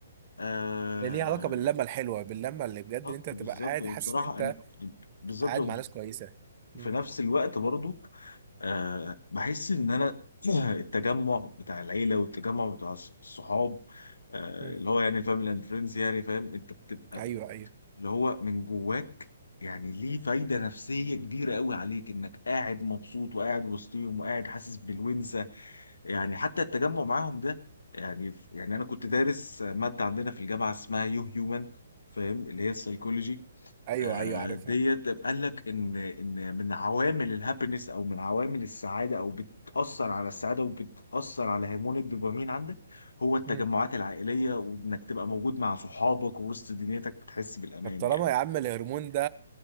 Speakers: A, on the left; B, on the right.
A: آه
B: ده ليه علاقه باللمه الحلوه باللمه اللي بجد
A: بالظبط
B: ان انت تبقى
A: بالظبط
B: قاعد
A: وبصراحه
B: حاسس ان انت
A: انا بالظبط
B: قاعد مع ناس كويسه
A: وفي
B: مم.
A: نفس الوقت برضو آه بحس ان انا <clears throat> التجمع بتاع العيله والتجمع بتاع الص- الصحاب آه
B: مم.
A: اللي هو يعني الفاميلي اند فريندز يعني فاهم انت بتبقى
B: ايوه ايوه
A: اللي هو من جواك يعني ليه فايده نفسيه كبيره قوي عليك انك قاعد مبسوط وقاعد وسطيهم وقاعد حاسس بالونسه يعني حتى التجمع معاهم ده يعني يعني انا كنت دارس ماده عندنا في الجامعه اسمها يو هيومن فاهم اللي هي السايكولوجي
B: ايوه
A: آه،
B: ايوه عارفها
A: ديت قال لك ان ان من عوامل الهابينس او من عوامل السعاده او بتاثر على السعاده وبتاثر على هرمون الدوبامين عندك هو التجمعات
B: مم.
A: العائليه وانك تبقى موجود مع صحابك ووسط دنيتك بتحس بالامان
B: طب طالما
A: يعني
B: يا عم الهرمون ده